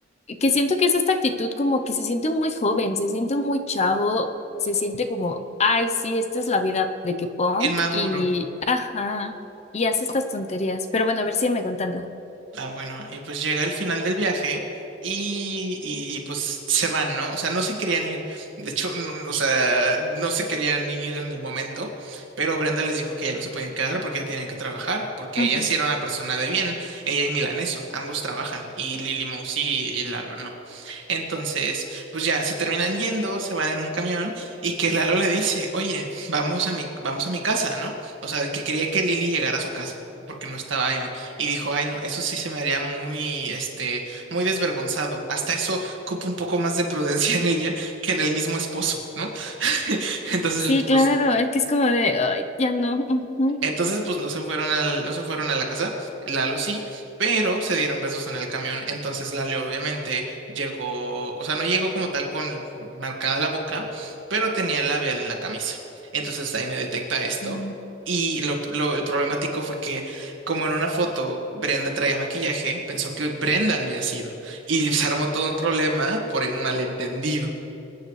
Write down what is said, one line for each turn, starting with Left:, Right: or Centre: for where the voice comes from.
Left: que siento que es esta actitud como que se siente muy joven, se siente muy chavo, se siente como, ay, sí, esta es la vida de que punk
Right: Inmaduro.
Left: y, ajá, y hace estas tonterías. Pero bueno, a ver, sígueme contando.
Right: Ah, bueno, y pues llega el final del viaje y, y pues se van, ¿no? O sea, no se querían ir, de hecho, n- o sea, no se querían ni ir en el momento, pero Brenda les dijo que ya no se podían quedar porque ya tenían que trabajar, porque
Left: Ujú.
Right: ella sí era una persona de bien, ella y Milaneso, ambos trabajan, y Lily Mousy y, y Lalo no. Entonces, pues ya se terminan yendo, se van en un camión y que Lalo le dice, oye, vamos a mi, vamos a mi casa, ¿no? O sea, que quería que Lily llegara a su casa. porque no estaba ahí y dijo, ay no, eso sí se me haría muy, este, muy desvergonzado. Hasta eso cupo un poco más de prudencia en ella que en el mismo esposo, ¿no? <laughs> Entonces,
Left: Sí,
Right: pues
Left: claro, es que es como de, ay, ya no. ujú.
Right: Entonces, pues no se fueron al, no se fueron a la casa, Lalo sí, pero se dieron besos en el camión. Entonces Lalo obviamente llegó, o sea, no llegó como tal con marcada la boca, pero tenía el labial en la camisa. Entonces ahí me detecta esto.
Left: Mm.
Right: Y lo, lo- el problemático fue que, como en una foto Brenda traía maquillaje, pensó que Brenda había sido. Y se armó todo un problema por un malentendido.